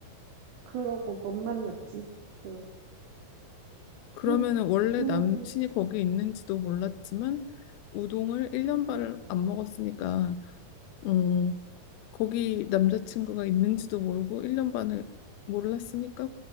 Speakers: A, on the right; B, on the left.
A: 그러고 못 만났지. 응.
B: 그러면은
A: 응.
B: 원래
A: 근
B: 남친이 거기 있는지도 몰랐지만 우동을 1년 반을 안 먹었으니까 어, 거기 남자친구가 있는지도 모르고 1년 반을 몰랐으니까